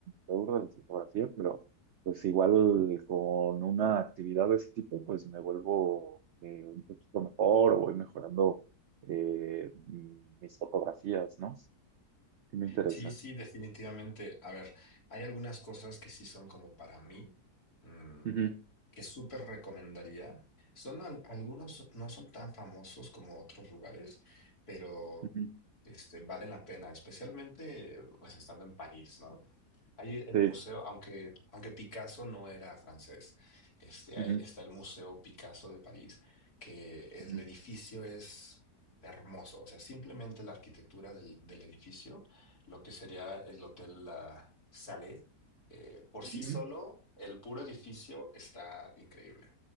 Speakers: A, on the right; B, on the left.
A: me aburro de la fotografía, pero pues igual con una actividad de ese tipo, pues me vuelvo eh, un poquito mejor o voy mejorando eh, m- mis fotografías, ¿no? Sí me interesa.
B: Sí, sí, definitivamente. A ver, hay algunas cosas que sí son como para mí, mm,
A: Ujú,
B: que súper recomendaría. Son al- algunos, no son tan famosos como otros lugares, pero
A: ujú,
B: este, valen la pena, especialmente pues estando en París, ¿no? Hay el
A: Sí.
B: museo, aunque, aunque Picasso no era francés, este,
A: ujú,
B: ahí está el Museo Picasso de París, que el
A: ujú,
B: edificio es hermoso, o sea, simplemente la arquitectura del del edificio lo que sería el Hotel La Sale. Eh, por
A: ujú,
B: sí solo, el puro edificio está increíble.